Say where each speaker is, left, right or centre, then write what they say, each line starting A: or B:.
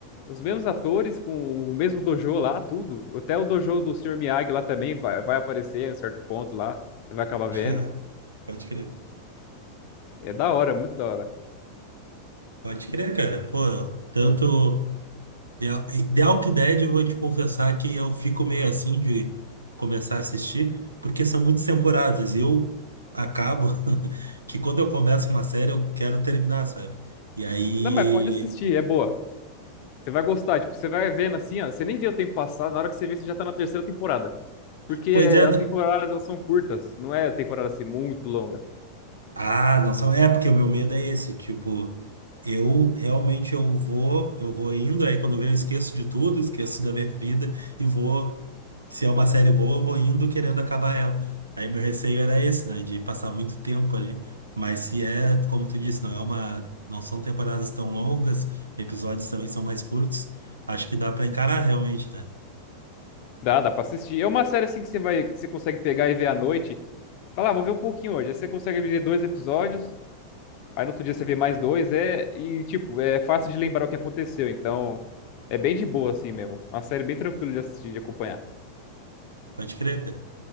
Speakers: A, on the left; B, on the right.
A: os mesmos atores, com o mesmo dojo lá, tudo. Até o dojo do Sr. Miyagi lá também vai, vai aparecer em certo ponto lá. Você vai acabar vendo.
B: <laughs> Ah, Pode crer.
A: É da hora, muito da hora.
B: Pode crer, cara. Pô, tanto. The, The Walking Dead, eu vou te confessar que eu fico meio assim de começar a assistir, porque são muitas temporadas. e Eu acabo <laughs> que quando eu começo uma série, eu quero terminar, sabe? E aí.
A: Não, mas pode assistir, é boa. Você vai gostar, tipo, você vai vendo assim, ó. Você nem vê o tempo passar, na hora que você vê, você já tá na terceira temporada. Porque
B: Pois é,
A: as temporadas, elas são curtas, não é temporada assim muito longa.
B: Ah, não são. É, porque o meu medo é esse, tipo, eu realmente eu vou, eu vou indo, aí quando vem eu esqueço de tudo, esqueço da minha vida e vou, se é uma série boa, eu vou indo querendo acabar ela. Aí meu receio era esse, né, de passar muito tempo ali. Mas se é, como tu disse, não é uma, não são temporadas tão longas, episódios também são mais curtos, acho que dá pra encarar realmente, né?
A: Dá, dá pra assistir. É uma série assim que você vai, que você consegue pegar e ver à noite. Falar, ah, vou ver um pouquinho hoje. Aí você consegue ver dois episódios, Aí no outro dia você vê mais dois, é. E, tipo, é fácil de lembrar o que aconteceu. Então, é bem de boa, assim mesmo. Uma série bem tranquila de assistir, de acompanhar.
B: Pode crer, cara.